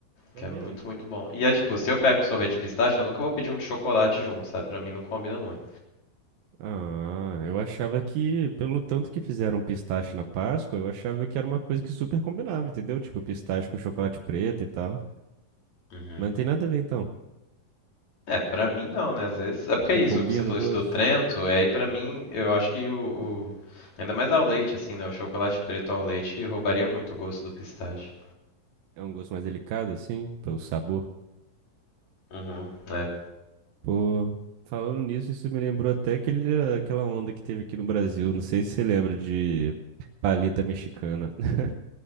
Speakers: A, on the right (about 85°); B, on the left (about 55°).
A: É
B: Que é
A: mesmo?
B: muito, muito bom. E é tipo, se eu pego um sorvete de pistache, eu nunca vou pedir um de chocolate junto, sabe? Pra mim não combina muito.
A: Ah, eu achava que, pelo tanto que fizeram pistache na Páscoa, eu achava que era uma coisa que super combinava, entendeu? Tipo, pistache com chocolate preto e tal.
B: Uhum.
A: Mas não tem nada a ver, então.
B: É, pra mim não, né? Às vezes. É porque
A: Não
B: é isso,
A: combina
B: você falou
A: o gosto?
B: isso do Trento, e aí pra mim eu acho que o, o- Ainda mais ao leite, assim, né? O chocolate preto ao leite roubaria muito o gosto do pistache.
A: É um gosto mais delicado, assim, pelo sabor.
B: Uhum. É.
A: Pô, falando nisso, isso me lembrou até aquele, aquela onda que teve aqui no Brasil. Não sei se você lembra de paleta mexicana. <laughs>